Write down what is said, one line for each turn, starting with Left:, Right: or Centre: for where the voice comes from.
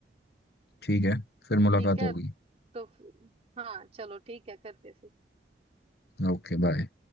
Left: ठीक है फिर मुलाकात
Right: ठीक है
Left: होगी
Right: तो फ- हाँ चलो ठीक है करते हैं फिर।
Left: Okay bye